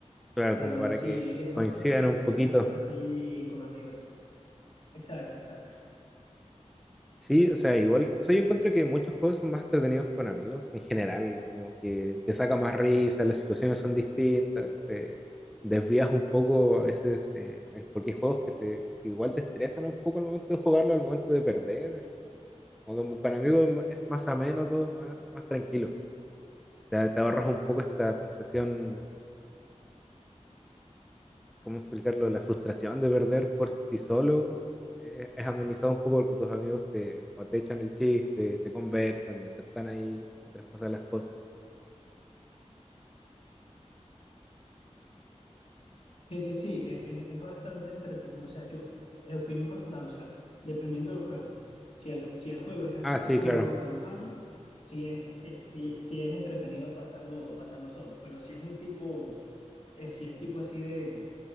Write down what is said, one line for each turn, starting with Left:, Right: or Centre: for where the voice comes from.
Centre: claro,
Left: Pero
Centre: como para
Left: sí,
Centre: que
Left: e- es bastante
Centre: coincidan
Left: entretenido
Centre: un poquito
Left: jugar así con amigos. Exacto, exacto.
Centre: Sí, o sea, igual, o sea, yo encuentro que muchos juegos son más entretenidos con amigos en general, como que te saca más risa, las situaciones son distintas, eh, desvías un poco a veces, eh, hay- porque hay juegos que se igual te estresan un poco al momento de jugarlo, al momento de perder, o como con amigos es ma- es más ameno todo, es más, más tranquilo, te, te ahorras un poco esta sensación ¿cómo explicarlo? La frustración de perder por ti solo eh, es amenizado un poco porque tus amigos te, o te echan el chiste, te conversan mientras están ahí, mientras pasan las cosas.
Left: Sí, sí, sí, e- e- es, bastante entretenido. O sea, yo, eh, opinión personal, o sea, dependiendo del juego. Si el, si el juego es así
Centre: Ah,
Left: tipo
Centre: sí, claro,
Left: modo campaña, sí es, eh, sí, sí es entretenido pasarlo, pasarlo solo. Pero si es un tipo, eh, si es tipo así de,